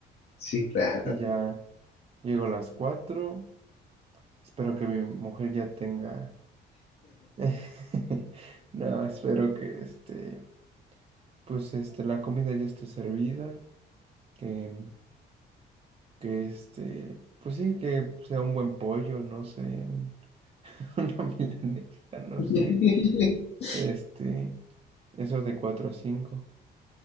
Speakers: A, on the left; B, on the right.
A: Sí, claro.
B: Y ya llego a las cuatro Espero que mi mujer ya tenga. <laughs> No, espero que este, pues este, la comida ya esté servida. Que, que este, pues sí, que sea un buen pollo, no sé, un- <laughs> una milanesa, no
A: <laughs>
B: sé. Este, eso de 4 a cinco